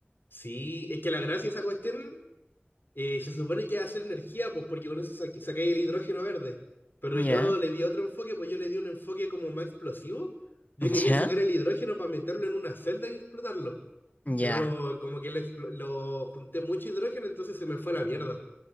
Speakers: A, on the left (about 60°); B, on the left (about 40°).
A: Sí, es que la gracia de esa cuestión Eh, se supone que va a ser energía, pues porque con eso saca sacáis el hidrógeno verde. Pero
B: Ya,
A: yo le di otro enfoque, pues yo le di un enfoque como más explosivo. Yo
B: <laughs>
A: quería
B: ya,
A: sacar el hidrógeno para meterlo en una celda y explotarlo. Pero
B: ya.
A: como que lo, explo- lo junté mucho hidrógeno, entonces se me fue a la mierda.